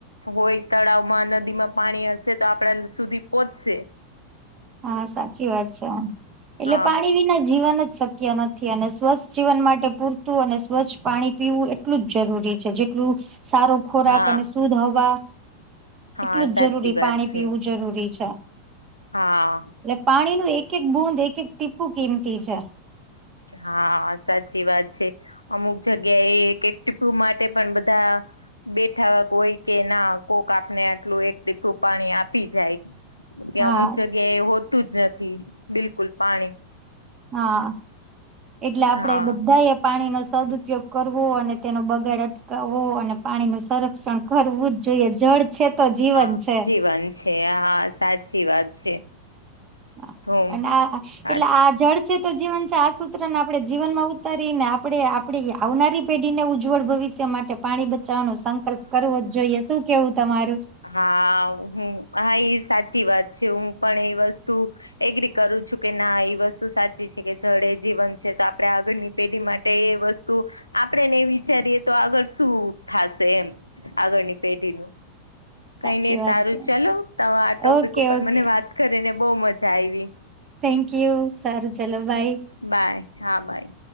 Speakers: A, on the left (about 80°); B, on the right (about 30°).
A: હોય તળાવમાં, નદીમાં પાણી હશે તો આપડા સુધી પોંચશે.
B: હા, સાચી વાત છે. એટલે
A: હા
B: પાણી વિના જીવન જ શક્ ક્ય નથી અને સ્વસ્થ જીવન માટે પૂરતું અને સ્વચ્છ પાણી પીવું એટલું જ જરૂરી છે. જેટલું... સારો ખોરાક
A: હા
B: અને શુધ હવા...
A: હા,
B: એટલું
A: સાચી
B: જ જરૂરી
A: વાત
B: પાણી
A: છે,
B: પીવું જરૂરી છે.
A: હા.
B: એટલે પાણીનું એક એક બુંદ, એક એક ટીપુ કિંમતી છે.
A: હા, સાચી વાત છે. અમુક જગ્યાએ એક એક ટીપુ માટે પણ બધાં... બેઠાક હોય કે ના કોક આપને આટલું એક ટીપું પાણી આપી જાય. કે
B: હા
A: અમુક જગ્યાએ હોતું જ નથી. બિલકુલ પાણી.
B: હા, એટલે આપડે
A: હા
B: બદ્ધાએ પાણીનો સદ્ઉપયોગ... કરવો અને તેનો બગાડ અટકાવવો અને પાણીનું સંરક્ષણ કરવું જ જોઈએ. જળ છે તો જીવન
A: હા,
B: છે.
A: જીવન છે, હા સાચી વાત છે.
B: હા,
A: તો
B: અને આ એટલે
A: હા
B: આ જળ... છે તો જીવન છે. આ સૂત્રને આપણે જીવનમાં ઉતારીએને આપણે આપડી આવનારી... પેઢીને ઉજ્જવળ ભવિષ્ય માટે પાણી બચાવવાનો સંકલ્પ કરવો જ જોઈએ. શું કેવું તમારું.?
A: હા હમ્મ. હા એ સાચી વાત છે. હું પણ એ વસ્તુ... એગ્રી કરું છું કે, ના એ વસ્તુ સાચી છે કે જળ એ જીવન છે. તો આપડણે આગળની... પેઢી માટે એ વસ્તુ આપણેે નહી વિચારીએ તો આગળ શું થાશે એમ? આગળની પેઢીનું. કંઈ
B: સાચી
A: નય,
B: વાત
A: સારું
B: છે
A: ચલો. તો આ ટોપિક
B: ઓકે
A: ઉપર
B: ઓકે
A: મને વાત કરીને બો મજા આયવી.
B: Thank you. સારુ ચલો બાય.
A: બાય, હા બાય.